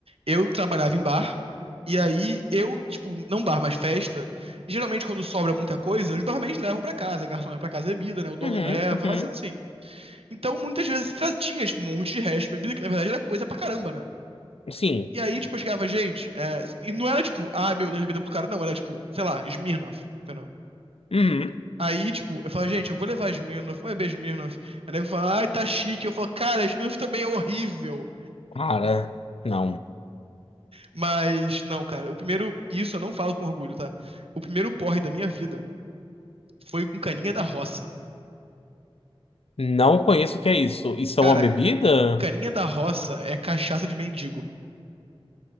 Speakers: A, on the right; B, on the left.
A: eu trabalhava em bar, e aí eu, tipo, não bar, mas festa. Geralmente, quando sobra muita coisa, os barmans levam pra casa, garçom leva pra casa bebida, né? O dono
B: Uhum,
A: leva,
B: uhum.
A: vai sendo assim. Então, muitas vezes tra- tinha, tipo, um monte de resto de bebida, que na verdade era coisa pra caramba, né?
B: Sim.
A: E aí, tipo, eu chegava, gente, é, e não era tipo, ah, meu Deus, bebida é muito cara, não, era tipo, sei lá, Smirnoff, entendeu?
B: Uhum.
A: Aí, tipo, eu falo, gente, eu vou levar Smirnoff, vou beber Smirnoff. Aí o nego fala, ai, tá chique. Eu falo, cara, Smirnoff também é horrível.
B: Cara, não.
A: Mas, não, cara, o primeiro, isso eu não falo com orgulho, tá? O primeiro porre da minha vida foi com Caninha da Roça.
B: Não conheço o que é isso. Isso
A: Cara,
B: é uma bebida?
A: Caninha da Roça é cachaça de mendigo.